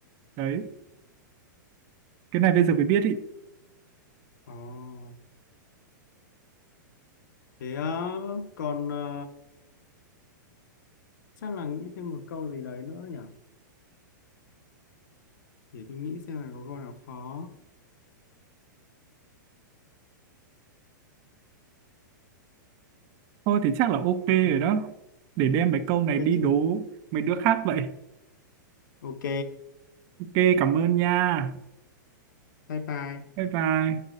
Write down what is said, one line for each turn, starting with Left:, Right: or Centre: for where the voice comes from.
Right: đấy cái này bây giờ mới biết ý
Left: Ồ. thế ờ, còn ờ, chắc là nghĩ thêm một câu gì đấy nữa nhỉ để tôi nghĩ xem là có câu nào khó
Right: thôi thì chắc là ok rồi
Left: Ừ,
Right: đó để đem mấy câu này
Left: cái
Right: đi đố mấy đứa khác vậy
Left: ok
Right: ok cảm ơn nha
Left: bye bye
Right: bye bye